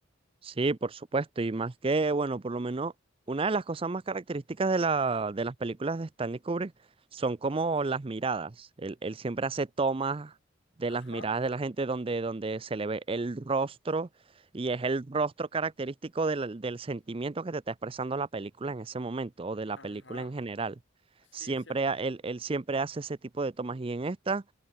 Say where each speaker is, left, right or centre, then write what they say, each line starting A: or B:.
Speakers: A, on the right (about 30°); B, on the left (about 65°).
A: Sí, por supuesto, y más que, bueno, por lo menos una de las cosas más características de la, de las películas de Stanley Kubrick son como las miradas. Él, él siempre hace tomas de
B: Ajá,
A: las miradas de la gente donde, donde se le ve el rostro y es el rostro característico del, del sentimiento que te está expresando la película en ese momento o de la
B: ajá,
A: película en general.
B: sí
A: Siempre,
B: es cierto.
A: ha- él, él siempre hace ese tipo de tomas y en esta